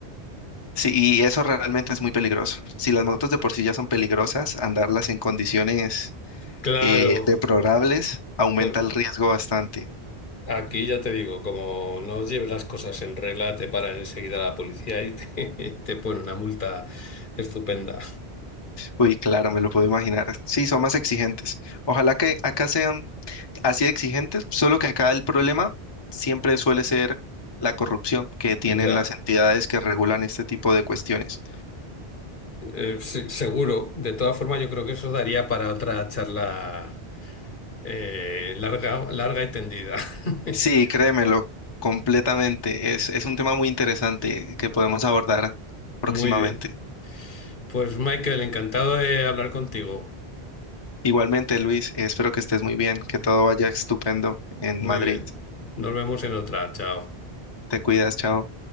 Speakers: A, on the left (about 25°); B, on the left (about 50°).
A: Sí, y eso realmente es muy peligroso. Si las motos de por sí ya son peligrosas, andarlas en condiciones
B: Claro,
A: eh, deplorables aumenta
B: pues
A: el riesgo bastante.
B: aquí ya te digo, como no lleves las cosas en regla, te paran enseguida la policía y te, <laughs> te pone una multa estupenda.
A: Uy, claro, me lo puedo imaginar. Sí, son más exigentes. Ojalá que acá sean así de exigentes, solo que acá el problema siempre suele ser la corrupción que tienen
B: Ya,
A: las entidades que regulan este tipo de cuestiones.
B: Eh, sí, seguro. De todas formas, yo creo que eso daría para otra charla eh, larga, larga y tendida. <laughs>
A: Sí, créemelo, completamente. Es, es un tema muy interesante que podemos abordar próximamente.
B: Muy bien. Pues Michael, encantado de hablar contigo.
A: Igualmente, Luis, espero que estés muy bien, que todo vaya estupendo en
B: Muy
A: Madrid.
B: bien. Nos vemos en otra. Chao.
A: Te cuidas, chao.